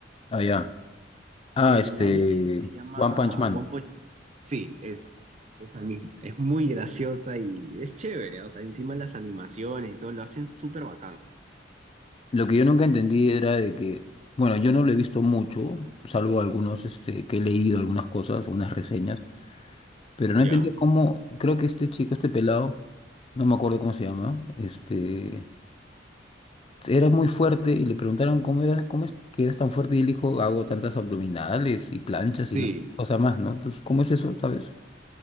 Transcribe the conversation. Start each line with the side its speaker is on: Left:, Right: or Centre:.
Left: Ah, ya. Ah,
Right: El
Left: este,
Right: anime se llama
Left: One Punch Man.
Right: One Punch Man. Sí, esa, esa misma. Es muy graciosa y es chévere. O sea, encima las animaciones y todo lo hacen súper bacán.
Left: Lo que yo nunca entendí era de que, bueno, yo no lo he visto mucho, salvo algunos, este, que he leído algunas cosas, algunas reseñas Pero no
Right: ¿Ya?
Left: entendía cómo, creo que este chico, este pelado, no me acuerdo cómo se llama, este, era muy fuerte y le preguntaron cómo era, cómo es que eras tan fuerte y él dijo, hago tantas abdominales y planchas y
Right: Sí.
Left: no sé qué cosa más, ¿no? Entonces, ¿cómo es eso, sabes?